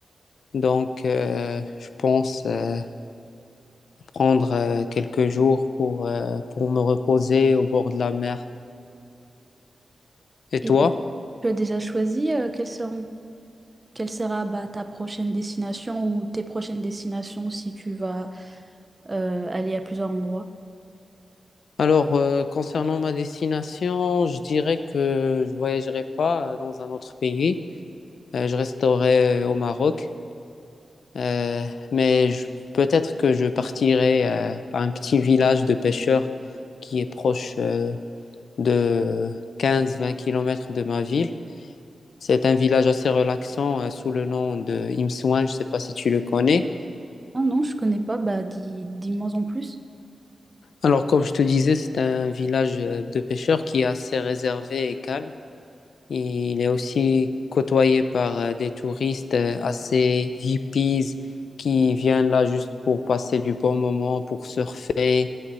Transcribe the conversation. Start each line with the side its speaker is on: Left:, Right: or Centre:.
Left: Donc, euh, je pense euh, prendre euh, quelques jours pour, euh, pour me reposer au bord de la mer. Et
Right: Et
Left: toi?
Right: tu as déjà choisi euh, quelle sera, quelle sera bah, ta prochaine destination ou tes prochaines destinations si tu vas euh, aller à plusieurs endroits?
Left: Alors, euh, concernant ma destination, je dirais que je voyagerai pas euh, dans un autre pays. Euh, je resterai euh, au Maroc. Euh, mais je- peut-être que je partirai euh, à un petit village de pêcheurs qui est proche euh, de 15-20 kilomètres de ma ville. C'est un village assez relaxant euh, sous le nom de Imsouane, je ne sais pas si tu le connais.
Right: Ah non, je connais pas, bah dis, dis-moi en plus.
Left: Alors, comme je te disais, c'est un village euh, de pêcheurs qui est assez réservé et calme. Il est aussi côtoyé par euh, des touristes euh, assez hippies qui viennent là juste pour passer du bon moment, pour surfer.